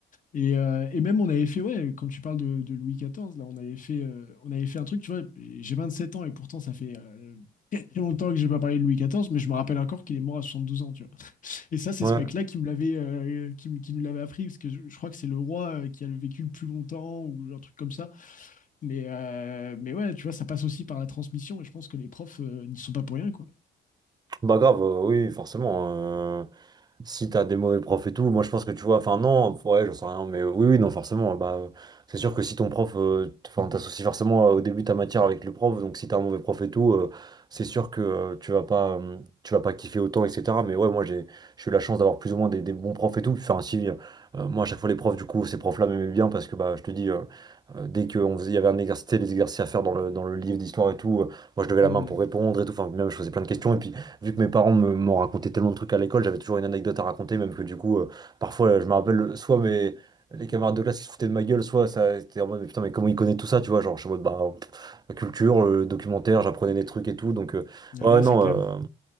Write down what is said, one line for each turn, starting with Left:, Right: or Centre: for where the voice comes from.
Left: Et, euh, et même on avait fait, ouais, quand tu parles de, de Louis XIV, là, on avait fait, euh, on avait fait un truc, tu vois. J'ai 27 ans et pourtant ça fait euh, <laughs> très longtemps que j'ai pas parlé de Louis XIV, mais je me rappelle encore qu'il est mort à 72 ans, tu et ça, c'est
Right: Ouais.
Left: ce mec-là qui me l'avait, euh, qui, me- qui nous l'avait appris, parce que je, je crois que c'est le roi euh, qui a le vécu le plus longtemps ou un truc comme ça. Mais, euh, mais ouais, tu vois, ça passe aussi par la transmission, et je pense que les profs euh, n'y sont pas pour rien, quoi.
Right: Bah grave, euh, oui, forcément. euh, si t'as des mauvais profs et tout, moi je pense que tu vois, enfin non, ouais, j'en sais rien, mais euh, oui, oui, non, forcément. Bah, euh, c'est sûr que si ton prof, euh, t- enfin t'associes forcément euh, au début ta matière avec le prof, donc si t'as un mauvais prof et tout, euh, c'est sûr que euh, tu vas pas, euh, tu vas pas kiffer autant, etc. Mais ouais, moi j'ai, j'ai eu la chance d'avoir plus ou moins des, des bons profs et tout. Enfin si, euh, moi à chaque fois les profs, du coup, ces profs-là m'aimaient bien parce que bah je te dis. euh, euh, Dès qu'on faisait, il y avait un exercice, des exercices à faire dans le, dans le livre d'histoire et tout, euh, moi je levais
Left: Mm.
Right: la main pour répondre et tout, enfin même je faisais plein de questions et puis vu que mes parents me- m'ont raconté tellement de trucs à l'école, j'avais toujours une anecdote à raconter, même que du coup, euh, parfois, je me rappelle, soit mes, les camarades de classe qui se foutaient de ma gueule, soit ça était en mode, mais putain, mais comment il connaît tout ça, tu vois, genre, je suis en mode, bah, pff, culture, euh, documentaire, j'apprenais des trucs et tout, donc, euh,
Left: Ouais,
Right: ouais, non.
Left: c'est clair.
Right: euh,